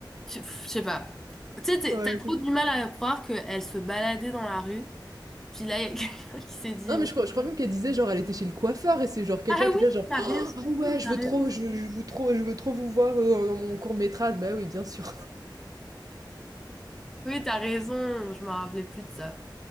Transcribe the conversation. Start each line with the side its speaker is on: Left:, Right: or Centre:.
Centre: Je pff, je sais pas. Tu sais, t'es-
Right: <laughs> ouais,
Centre: t'as trop
Right: c'est
Centre: du mal à croire qu'elle se baladait dans la rue. Puis là, il y a <laughs> quelqu'un qui s'est dit,
Right: non mais je crois je crois même qu'elle disait, genre, elle était chez le coiffeur et c'est, genre, quelqu'un
Centre: Ah
Right: qui
Centre: oui,
Right: était là, genre:
Centre: t'as
Right: «Oh,
Centre: raison,
Right: «Ah ouais, je
Centre: t'as
Right: veux
Centre: raison.
Right: trop je je veux trop je veux trop vous voir, heu, dans mon court métrage». Bah oui, bien sûr.
Centre: Oui, t'as raison. Je me rappelais plus de ça.